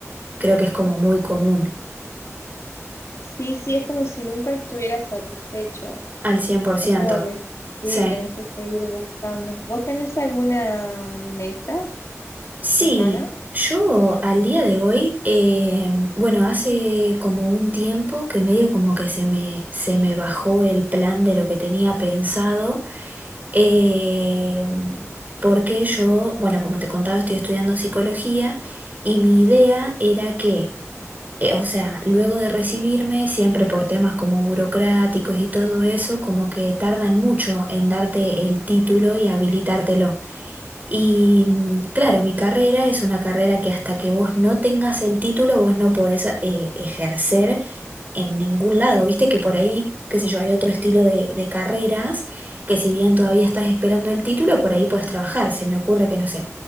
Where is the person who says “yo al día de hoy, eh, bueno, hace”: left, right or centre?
Right